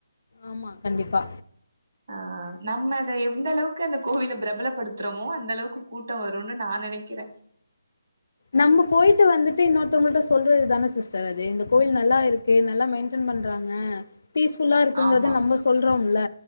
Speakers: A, on the left; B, on the right.
A: ஆமா கண்டிப்பா
B: ஆ நம்ம அத எந்த அளவுக்கு அந்தக் கோவில பிரபலப்படுத்துறமோ அந்த அளவுக்கு கூட்ட வருனு நா நெனைக்கிறே
A: நம்ம போயிட்டு வந்துட்டு இன்னொருத்தவங்கள்ட்ட சொல்றது தான சிஸ்டர் அது இந்த கோவில் நல்லா இருக் தே நல்லா மெயின்டன் பண்றாங்க பீஸ்ஃபுல்லா இருக்குங்கறத
B: ஆமா
A: நம்ப சொல்றோம்ல